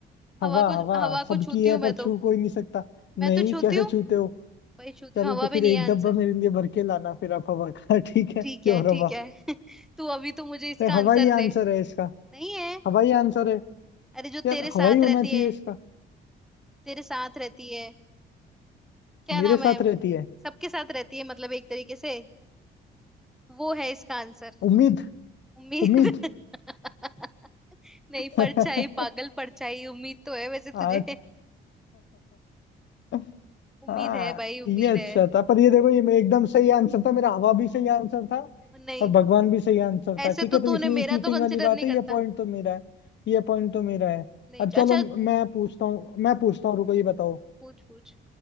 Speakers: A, in the centre; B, on the left.
A: हवा
B: हवा
A: को
B: हवा
A: हवा
B: सबकी
A: को छूती
B: है
A: हूँ मैं
B: पर
A: तो
B: छू कोई नहीं सकता
A: मैं
B: नहीं
A: तो छूती
B: कैसे
A: हूँ
B: छूते हो
A: भाई छूती
B: चलो
A: हूँ हवा
B: तो
A: भी
B: फिर
A: नहीं है
B: एक
A: आंसर
B: डब्बा मेरे लिए भर के लाना फिर आप हवा का <laughs> ठीक है
A: ठीक
B: क्यों
A: है ठीक
B: हवा
A: है <laughs> तू अभी तो मुझे इसका
B: तो हवा
A: आंसर
B: ही
A: दे
B: आंसर है इसका
A: नहीं है
B: हवा ही आंसर है
A: अरे जो तेरे
B: यार
A: साथ
B: हवा ही होना
A: रहती
B: चाहिए
A: है
B: इसका
A: तेरे साथ रहती है क्या
B: मेरे
A: नाम
B: साथ
A: है
B: रहती है
A: सबके साथ रहती है मतलब एक तरीके से वो है इसका आंसर
B: उम्मीद
A: उम्मीद
B: उम्मीद
A: <laughs> नहीं
B: <laughs>
A: परछाई पागल परछाई उम्मीद तो है वैसे तुझे
B: अच्छा
A: <laughs>
B: <laughs>
A: उम्मीद
B: हाँ
A: है भाई उम्मीद
B: ये अच्छा
A: है
B: था पर ये देखो ये मैं- एकदम सही आंसर था मेरा हवा भी सही आंसर था
A: और नहीं
B: और भगवान भी सही आंसर
A: ऐसे
B: था ठीक
A: तो
B: है तो
A: तूने
B: इसमें ये
A: मेरा
B: चीटिंग
A: तो कंसिडर
B: वाली बात
A: नहीं
B: है
A: करता
B: ये पॉइंट तो मेरा है ये पॉइंट तो मेरा है
A: नहीं
B: अब चलो
A: अच्छा
B: मैं पूछता हूँ मैं पूछता हूँ रुको ये बताओ
A: पूछ पूछ